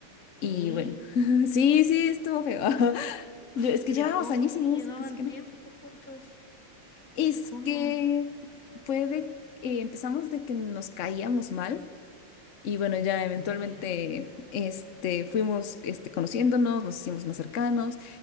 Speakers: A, on the left; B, on the left.
A: ¿Qué?
B: Y bueno, <laughs> sí, sí, estuvo feo. <laughs> No, Es que
A: ¿Pero
B: llevamos
A: cómo
B: añísimos,
A: si llevaban
B: casi que
A: tiempo
B: no.
A: juntos?
B: Es
A: ¿Cómo?
B: que fue de, eh, empezamos de que nos caíamos mal y bueno, ya eventualmente
A: ¿Ya?
B: este, fuimos este, conociéndonos, nos hicimos más cercanos.